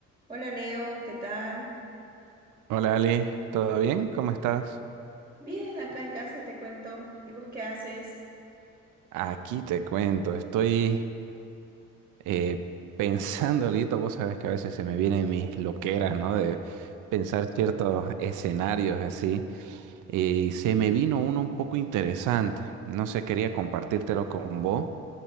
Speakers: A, on the right; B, on the right.
A: Hola Leo, ¿qué tal?
B: Hola Ali, ¿todo bien? ¿Cómo estás?
A: Bien, acá en casa te cuento. ¿Y vos qué haces?
B: Aquí te cuento, estoy eh, pensando, Lito, vos sabés que a veces se me vienen mis loqueras, ¿no? De pensar ciertos escenarios así, eh, y se me vino uno un poco interesante, no sé, quería compartírtelo con vos.